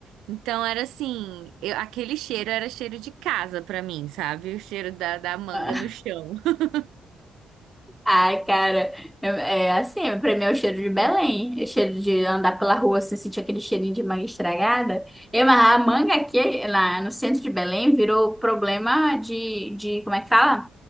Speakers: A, on the right; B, in the centre.
A: Então era assim, eu- aquele cheiro era cheiro de casa pra mim, sabe? O cheiro da, da manga
B: <laughs>
A: no chão. <laughs>
B: Ai, cara, é é assim, pra mim é o cheiro de Belém, é o cheiro de andar pela rua, assim, sentir aquele cheirinho de manga estragada. E, mas a manga aqui, lá no centro de Belém, virou problema de, de, como é que fala?